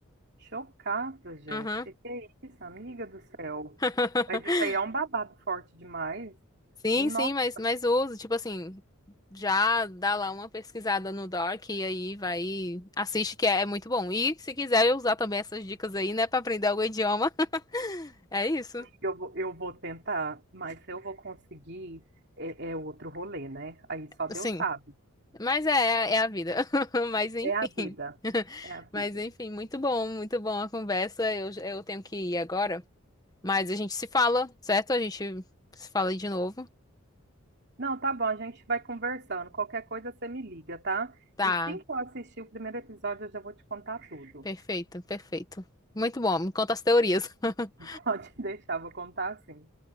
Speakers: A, on the right; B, on the left.
A: Chocada, gente.
B: Uhum.
A: Que que é isso, amiga do céu?
B: <laughs>
A: Mas isso aí é um babado forte demais.
B: Sim,
A: Nossa.
B: sim, mas, mas uso, tipo assim, já dá lá uma pesquisada no Dark e aí vai, e assiste que é, é muito bom. E se quiser eu usar também essas dicas aí, né, pra aprender algum idioma. <laughs> É isso.
A: Eu vou, eu vou tentar, mas se eu vou conseguir, é, é outro rolê, né? Aí só Deus
B: Sim.
A: sabe.
B: Mas é, é a vida. <laughs> Mas enfim.
A: É a vida.
B: <laughs>
A: É a vida.
B: Mas enfim, muito bom, muito bom a conversa. Eu, eu tenho que ir agora. Mas a gente se fala, certo? A gente se fala aí de novo.
A: Não, tá bom, a gente vai conversando. Qualquer coisa você me liga, tá?
B: Tá,
A: E assim que eu assistir o primeiro episódio, eu já vou te contar tudo.
B: perfeito, perfeito. Muito bom. Me conta as teorias. <laughs>
A: <laughs> Pode deixar, vou contar assim.